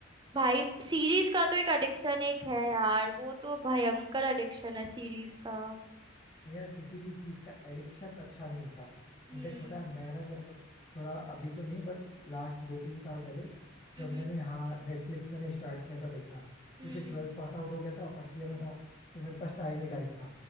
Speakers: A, on the right (about 20°); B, on the left (about 30°).
A: भाई सीरीज का तो एक एडिक्शन एक है यार वो तो भयंकर एडिक्शन है सीरीज का
B: तो यार किसी भी चीज का एडिक्शन अच्छा नहीं होता
A: हम्म
B: इनफैक्ट पता है मैं ना जब थोड़ा अभी तो नहीं बट लास्ट दो तीन साल पहले
A: हम्म
B: जब मैंने हाँ नेटफ्लिक्स मैंने स्टार्ट किया था देखना
A: हम्म
B: क्योंकि ट्वेल्थ पास आउट हो गया था फर्स्ट ईयर
A: हम्म,
B: में था तो मेरे
A: हम्म।
B: पास टाइम ही टाइम था